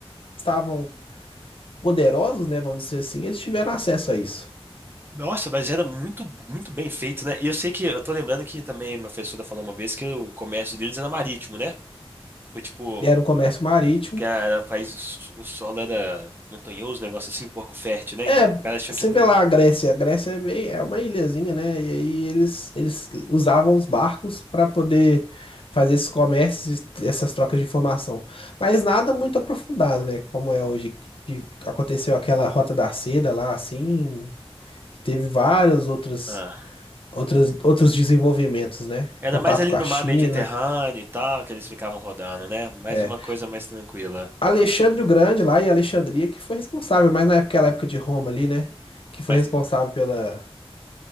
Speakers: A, on the left; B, on the right.
A: estavam poderosos, né, vamos dizer assim, eles tiveram acesso a isso.
B: Nossa, mas era muito, muito bem feito, né? E eu sei que, eu tô lembrando que também minha professora falou uma vez que o comércio deles era marítimo, né? Foi tipo,
A: Era um comércio marítimo.
B: que era país, o solo era montanhoso, um negócio assim, pouco fértil, né?
A: É,
B: Então, os caras tinham
A: você
B: que ir pro...
A: vê lá a Grécia, a Grécia é, meio, é uma ilhazinha, né? E aí eles, eles usavam os barcos para poder fazer esses comércios, e essas trocas de informação. Mas nada muito aprofundado, né? Como é hoje, que aconteceu aquela Rota da Seda lá, assim, e teve vários outros,
B: Ah.
A: outros, outros desenvolvimentos, né?
B: Era
A: Contato
B: mais ali
A: com
B: no
A: a China.
B: mar Mediterrâneo e tal, que eles ficavam rodando, né? Mais
A: É.
B: uma
A: É.
B: coisa mais tranquila.
A: Alexandre o Grande lá e Alexandria que foi responsável, mas na época, aquela época de Roma ali, né? Que foi
B: Mas,
A: responsável pela